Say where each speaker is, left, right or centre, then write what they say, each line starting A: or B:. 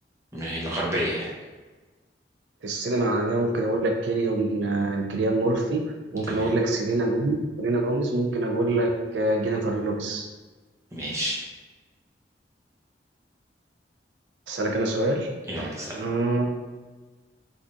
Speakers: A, on the right (about 15°); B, on the right (about 85°).
A: م- الغربية يعني
B: في السينما العالميه ممكن اقول لك كيليان آه، كيليان مورفي ممكن
A: تمام
B: اقول لك سيلينا جوميز سيلينا جوميز ممكن اقول لك آه، جينيفر لوبيز
A: ماشي
B: اسالك انا سؤال
A: يلا سأل
B: آه